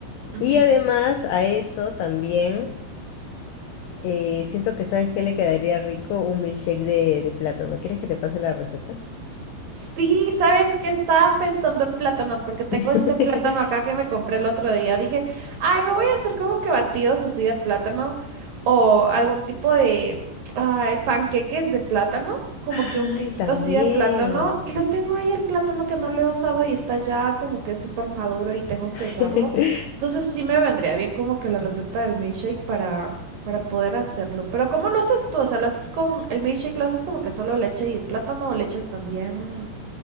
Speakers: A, on the right; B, on the left.
A: ujú.
B: Y además a eso también... Eh, siento que sabes que le quedaría rico un milkshake de, de plátano. ¿Quieres que te pase la receta?
A: Sí, ¿sabes qué? Estaba pensando en plátano, porque tengo
B: <laughs>
A: este plátano acá que me compré el otro día. Dije, ay, me voy a hacer como que batidos así de plátano o algún tipo de, ay, panqueques de plátano, como
B: Ay,
A: que un quequito
B: también.
A: así de plátano. Y lo tengo ahí el plátano que no lo he usado y está ya como que súper maduro y tengo que
B: <laughs>
A: usarlo. Entonces sí me vendría bien como que la receta del milkshake para, para poder hacerlo. Pero ¿cómo lo haces tú? O sea, ¿lo haces con el milkshake? ¿Lo haces como que solo leche y el plátano? ¿O le echas también